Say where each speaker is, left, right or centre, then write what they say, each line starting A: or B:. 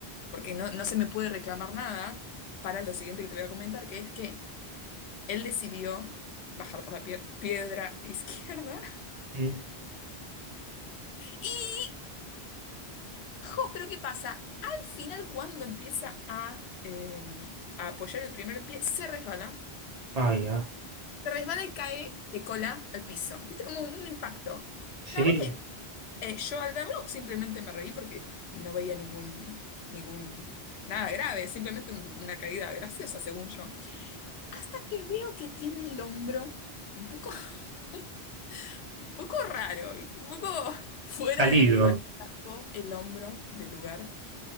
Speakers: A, on the left; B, on the right.
A: porque no, no se me puede reclamar nada para lo siguiente que te voy a comentar, que es que él decidió bajar por la pie- piedra <laughs> izquierda
B: mm.
A: y, jo, pero ¿qué pasa? Al final, cuando empieza a, eh, a apoyar el primer pie, se resbala
B: Ay, ah,
A: Se resbala y cae de cola al piso. ¿Viste? Como un impacto.
B: sí.
A: La verdad que eh, yo al verlo simplemente me reí porque no veía ningún, ningún, nada grave, simplemente un- una caída graciosa, según yo. Hasta que veo que tiene el hombro un poco, <laughs> un poco raro, ¿viste? Un poco fuera
B: Salido.
A: de lugar. Sacó el hombro del lugar